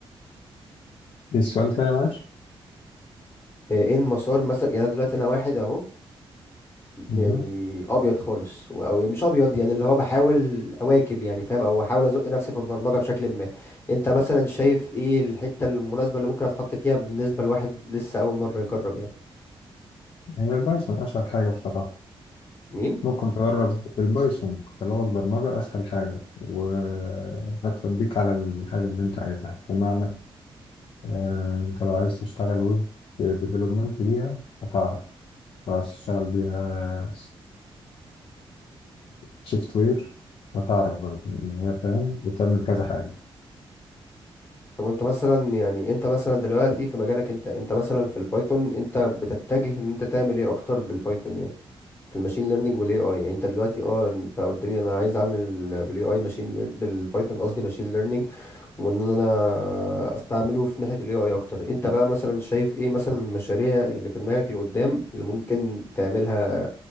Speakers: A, on the left; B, on the left.
A: السؤال تاني معلش؟
B: آه، ايه المسار مثلا يعني أنا دلوقتي انا واحد اهو
A: مهم.
B: يعني ابيض خالص و- او يعني مش ابيض يعني اللي هو بحاول اواكب يعني فاهم او احاول ازق نفسي في البرمجه بشكل ما انت مثلا شايف ايه الحته المناسبه اللي ممكن اتحط فيها بالنسبه لواحد لسه اول مره يجرب يعني
A: هي البايثون أسهل حاجة بصراحة
B: مين
A: ممكن تجرب البايثون كلغة برمجة أسهل حاجة وهتوديك على الحاجة اللي أنت عايزها بمعنى آه، انت لو عايز تشتغل ويب ديفلوبمنت بيها هتعرف لو عايز تشتغل بيها سوفت وير هتعرف برضه ان هي فاهم بتعمل كذا حاجه
B: طب وانت مثلا يعني انت مثلا دلوقتي في مجالك انت انت مثلا في البايثون انت بتتجه ان انت تعمل ايه اكتر بالبايثون يعني في الماشين ليرنينج والاي اي يعني انت دلوقتي اه انت قلت لي انا عايز اعمل بالاي اي ماشين لير- بالبايثون قصدي ماشين ليرنينج وان انا استعمله في ناحية الاي اي اكتر انت بقى مثلا شايف ايه مثلا المشاريع اللي في دماغك لقدام اللي ممكن تعملها